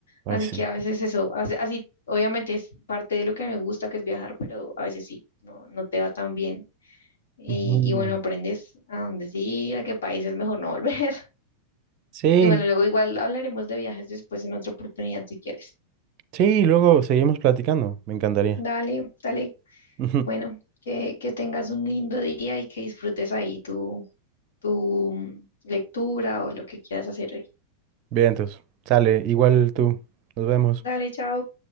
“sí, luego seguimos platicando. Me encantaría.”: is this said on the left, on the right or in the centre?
Right